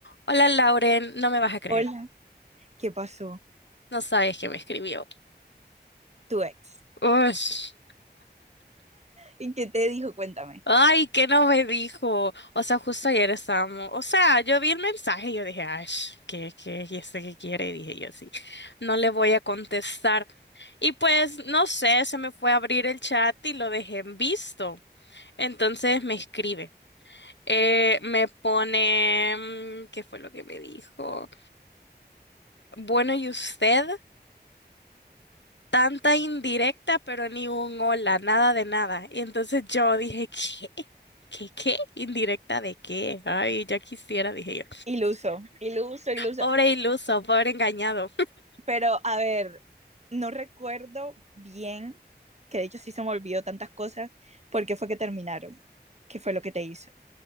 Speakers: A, on the left; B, on the right.
A: Hola Lauren, no me vas a creer.
B: Hola, ¿qué pasó?
A: No sabes que me escribió.
B: Tu ex.
A: Ush.
B: ¿Y qué te dijo? Cuéntame.
A: Ay, que no me dijo. O sea, justo ayer estábamos. O sea, yo vi el mensaje y yo dije, ay, sh, ¿qué, qué, y este qué quiere? Dije yo sí. No le voy a contestar. Y pues, no sé, se me fue a abrir el chat y lo dejé en visto. Entonces me escribe. Eh, me pone, mm, ¿qué fue lo que me dijo? Bueno, ¿y usted? tanta indirecta, pero ni un hola, nada de nada. Y entonces yo dije, ¿qué? ¿Qué, qué? ¿Indirecta de qué? Ay, ya quisiera, dije yo.
B: Y lo usó, y lo usó, y lo usó.
A: Pobre iluso, pobre engañado.
B: Pero, a ver, no recuerdo bien, que de hecho sí se me olvidó tantas cosas, por qué fue que terminaron, qué fue lo que te hizo.